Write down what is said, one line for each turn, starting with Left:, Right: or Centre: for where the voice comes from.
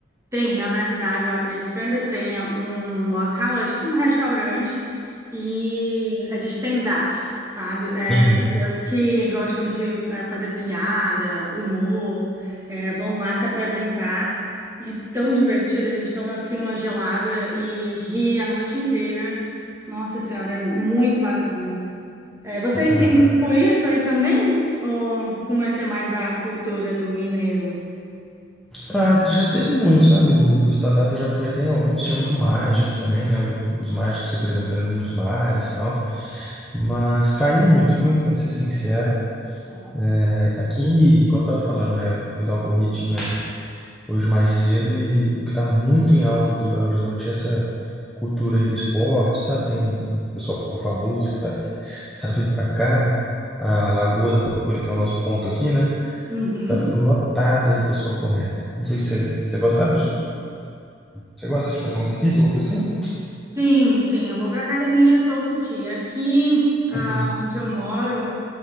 Right: tem, na verdade, eu acredito que ainda tenha um local, é tipo um restaurante, e é de stand-ups, sabe? É,
Centre: Uhum.
Right: pessoas que gostam de é, fazer piada, humor, é, vão lá se apresentar. E é tão divertido, a gente toma assim uma gelada e ri a noite inteira. Nossa Senhora, é muito bacana. É, vocês
Centre: Ah,
Right: têm
Centre: bacana.
Right: tipo isso aí também? Ou como é que é mais a cultura do mineiro?
Centre: Ah, já teve muito, sabe? O, o stand-up eu já fui até em alguns, tinha muito mágico também, né? o- os mágicos se apresentando ali nos bares e tal. Mas caiu muito, viu? Para ser sincero. É, Aqui, igual eu tava falando, né? eu Fui dar uma corridinha hoje mais cedo e o que está muito em alta aqui em Belo Horizonte é essa cultura aí do esporte, sabe? Tem um um pessoal famoso que tá, <laughs> tá vindo para cá, a Lagoa da Pampulha, que é o nosso ponto aqui, né?
Right: Uhum.
Centre: Tá ficando lotada do pessoal correndo. Não sei se você, você gostava de, você gosta de fazer um exercício, alguma coisa assim?
Right: Sim, sim, eu vou para academia todo dia. Aqui, ah,
Centre: Uhum,
Right: onde eu moro,